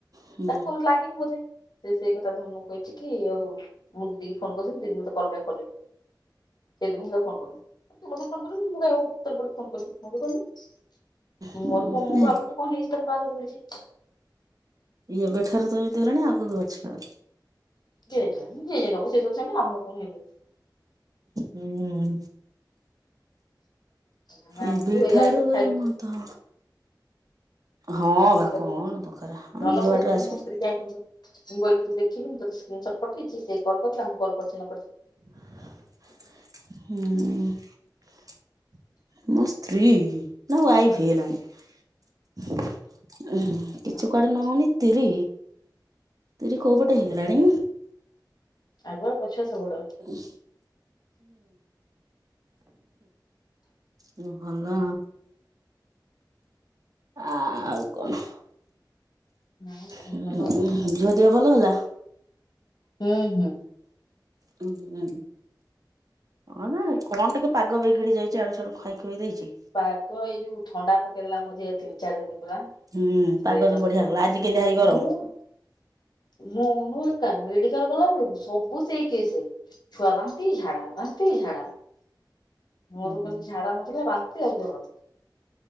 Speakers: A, on the right (about 50°); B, on the left (about 60°).
A: ହୁଁ
B: ତାକୁ ଆଉ ଲାଗିନି ବୋଧେ। ସେ ସେଇ କଥା ଧନୁକୁ କହିଚି କି ଆଉ ମୁଁ ଦିଦି କି ଫୋନ କରିଥିଲି ଦିଦି ମତେ କଲ୍ ବ୍ୟାକ୍ କଲେନି। ସେଦିନ ମୁଁ ତାକୁ ଫୋନ କରୁନି। ତୁ ମତେ ଫୋନ କରିବୁନି ମୁଁ କାଇଁ ଉପରେ ପଡ଼ିକି ଫୋନ କରିବି। ମୁଁ ବି କରୁନି। କି
A: ହୁଁ
B: ମୋର କଣ'
A: ନାଇଁ
B: ମୁଁ ଭାବିଲି କଣ ହେଇଚି ବାହାଘରକୁ ପଳେଇଚି।
A: ଏବେଠାରୁ ତ ଇନ୍ତିହେଲଣି ଆଗକୁ ଅଛି ଆହୁରି।
B: କେଜାଣି ଯିଏ ହେବ <unintelligible> ଆମ କଣ ହେଇଯାଉଚି।
A: ହୁଁ।
B: ଆମେ
A: ଏବେ
B: ଆସିବୁ ଏଇ
A: ଠାରୁ
B: ଆଇଲୁ ଖାଇଲୁ
A: ଏମନ୍ତ। ହଁ
B: <unintelligible> ଧନ
A: ବା କଣ
B: କହୁଚି କହୁଚି
A: ଦରକାର ଆମ ନିଜ ବାଟରେ ଆସିବ
B: ମୋ ସ୍ତ୍ରୀ। ମୁଁ କହିଲି ତୁ ଦେଖିଲୁ ମୁଁ ତତେ ସ୍କିନ ସଟ ପଠେଇଚି। ସେ କଲ୍ କରିଥିଲା ମୁଁ କଲ୍ କରିଚି ନ କରିଚି।
A: ହୁଁ। ମୋ ସ୍ତ୍ରୀ ନା ୱାଇଫ ହେଲାଣି। <unintelligible> କିଛି
B: ନା ଉଠେ
A: କୁଆଡ଼ୁ ନ ହୋଉଣୁ ତିରି ତିରି କୋଉ ପଟୁ ହେଇଗଲାଣି?
B: ଆଗୁଆ ପଛୁଆ ସବୁଆଡ଼ୁଆ।
A: ହୁଁ। ହୁଁ, ଭଲ। ଆଉ କଣ?
B: ନାଇଁ କଣ
A: ହୁଁ
B: ଭଲ
A: ହୁଁ ଝିଅ ଦିହ ଭଲ ହେଇଗଲା?
B: ହୁଁ ହୁଁ।
A: ହୁଁ। ହଁ ନା ଏ କଣ ଟିକେ ପାଗ ବିଗିଡ଼ି ଯାଇଚି। ଇଆଡ଼ୁ ସିଆଡ଼ୁ ଖାଇ ଖୁଇ ଦେଇଚି।
B: ପାଗ ଏଇ ଯୋଉ ଥଣ୍ଡା ପକେଇ ଦେଲା ମଝି ରାତିରୁ। ଚାରି ଦିନୀ ପୁରା
A: ହୁଁ ପାଗ ଯୋଉ ବଢିଆ ହେଲା ଆଜି କେମିତିଆ ହେଇ ଗରମ
B: <unintelligible> ମୁଁନୁ ଏକା ମେଡିକାଲ ଗଲା ବେଳକୁ ସବୁ ସେଇ କେସ। ଛୁଆ ବାନ୍ତି ଝାଡ଼ା ବାନ୍ତି ଝାଡ଼ା। ମୋର
A: ହୁଁ
B: ଖାଲି ଝାଡ଼ା ନଥିଲା। ବାନ୍ତି ଆଉ ଜର।